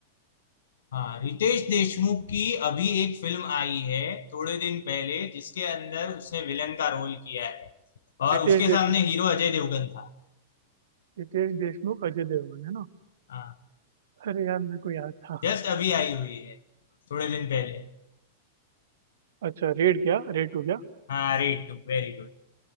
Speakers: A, on the left; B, on the right.
A: हाँ रितेश देशमुख की अभी एक फिल्म आई है थोड़े दिन पहले जिसके अंदर उसने विलन का रोल किया है और
B: रितेश
A: उसके सामने
B: देशमुख
A: हीरो अजय देवगन था
B: रितेश देशमुख अजय देवगन है ना
A: हाँ
B: अरे यार मेरे को याद था
A: जस्ट अभी आई हुई है थोड़े दिन पहले
B: अच्छा रेड क्या रेड टू
A: हाँ रेट वेरी गुड